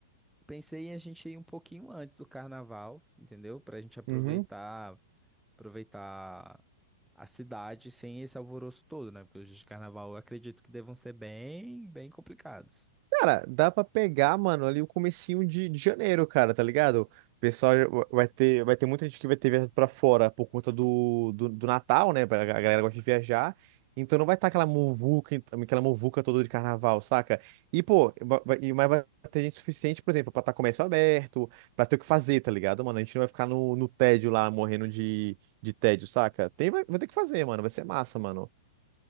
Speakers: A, in the centre; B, on the right.
A: pensei em a gente ir um pouquinho antes do carnaval, entendeu? Para a gente aproveitar
B: Uhum.
A: aproveitar a cidade sem esse alvoroço todo, né? Porque os dias de carnaval eu acredito que devam ser bem, bem complicados.
B: Cara, dá pra pegar, mano, ali o comecinho de, de janeiro, cara, tá ligado? O pessoal já va- vai ter, vai ter muita gente que vai ter viajado pra fora por conta do, do, do Natal, né? A ga- a galera gosta de viajar. Então não vai estar aquela muvuca, ent- aquela muvuca toda de carnaval, saca? E, pô, va- vai- e- mas vai ter gente suficiente, por exemplo, pra estar comércio aberto, pra ter o que fazer, tá ligado, mano? A gente não vai ficar no, no tédio lá, morrendo de, de tédio, saca? Tem, vai, vai ter que fazer, mano. Vai ser massa, mano.